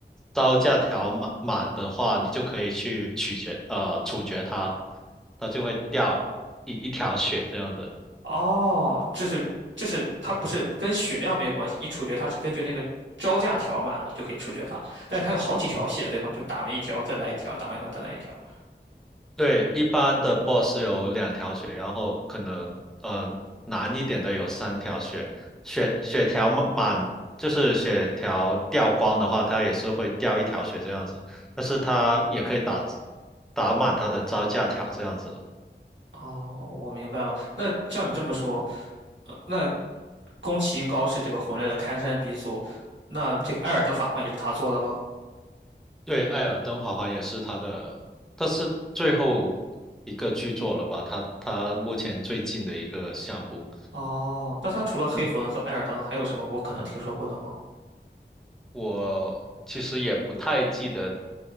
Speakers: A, in the centre; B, on the right (about 80°).
A: 招架条满满的话，你就可以去取决呃处决它，它就会掉一一条血这样子。
B: 哦，这是这是它不是跟血量没有关系，你处决它是根据那个招架条满了就可以处决它，但是它有好几条血，对吗？就打完一条再来一条，打完一条再来一条。
A: 对，一般的 boss 有两条血，然后可能呃难一点的有三条血，血血条满满就是血条掉光的话，它也是会掉一条血这样子，但是它也可以打打满它的招架条这样子了。
B: 哦，我明白了。那照你这么说，那宫崎英高是这个魂类的开山鼻祖，那这个《艾尔登法环》也是他做的喽。
A: 对，《艾尔登法环》也是它的，它是最后一个剧作了吧？它它目前最近的一个项目。
B: 哦，那他除了黑魂和艾尔登，还有什么我可能听说过的吗？
A: 我其实也不太记得，